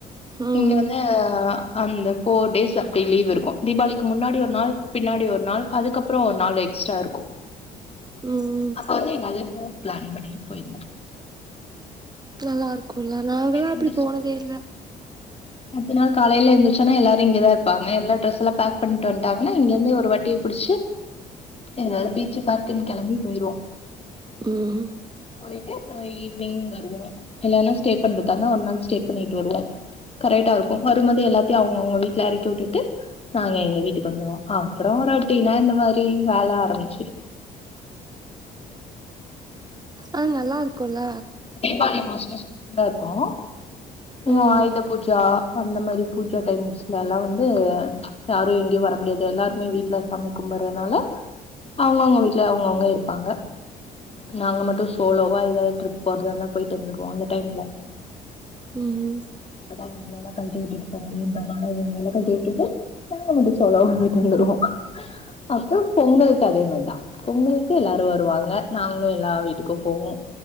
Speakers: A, on the right; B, on the left.
A: ம்
B: இங்க வந்து. அந்த ஃபோர் டேஸ் அப்டி லீவ் இருக்கும் தீபாவளிக்கு முன்னாடி ஒரு நாள் பின்னாடி ஒரு நாள் அதுக்கப்புறோ ஒரு நாள் எக்ஸ்ட்ரா இருக்கும்.
A: ம்
B: அப்பவந்து. தே டூர் பிளான் பண்ணிட்டு போயிருவோ
A: நல்லாருக்குல நாங்கெலா அப்படி
B: எந்திரிச்சோம்னா,
A: போனதே இல்ல
B: அடுத்த நாள் காலைல எந்துருச்சோன எல்லாரு இங்கதா இருப்பாங்க எல்லா டிரஸ் எல்லா பேக் பண்ட்டு வன்ட்டாங்னா இங்க இருந்தே ஒரு வண்டிய புடிச்சு எதாவுது பீச்சு பார்க்குன் கெளம்பி போயிருவோ
A: ம்
B: போயிட்டு அப்றோ ஈவி னிங் வருவோ இல்லனா ஸ்டே பண்றதாருந்தா ஒரு நாள் ஸ்டே பண்ணிட்டு வருவோ கரெக்டா இருக்கு வரும்போதே எல்லாத்தையு அவங்கவுங்க வீட்ல எறக்கி உட்டுட்டு நாங்க எங்க வீட்டுக்கு வந்துருவோ அப்றோ ரொட்டினா இந்த மாரி வேல ஆரம்பிச்சு
A: ஆனா நல்லாருக்குல்ல
B: தீபாளி மோஸ்ட்லி நல்லாருக்கு அப்பற
A: ம்
B: ஆயுத பூஜா அந்த மாரி பூஜா டைம்ஸ்ல எல்லா வந்து யாரு எங்கயு வர முடியாது எல்லாருமே வீட்ல சாமி கும்படறனால அவங்கவுங்க வீட்ல அவங்கவுங்க இருப்பாங்க நாங்க மட்டு சோலோவா எதாவுது டிரிப் போறதா இருந்தா போயிட்டு வந்துக்வோ அந்த டைம்ல
A: ம் ஹ்
B: அவங்களையெல்லா கழ்ட்டி விட்டுட்டு போ முடியுன்றனால அவுங்கள எல்லா கழ்ட்டி விட்டுட்டு நாங்க மட்டு சோலோவா போயிட்டு வந்துருவோ அப்பற பொங்கலுக்கு அதே மாரிதா பொங்கலுக்கு எல்லாரு வருவாங்க நாங்களு எல்லா வீட்டுக்கு போவோ